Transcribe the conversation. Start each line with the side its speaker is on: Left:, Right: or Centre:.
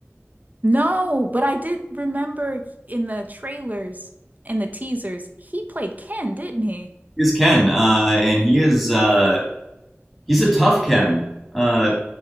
Right: No, but I did remember in the trailers, in the teasers, he played Ken, didn't he?
Centre: Is Ken, uh, and he is uh, he's a tough Ken. Uh,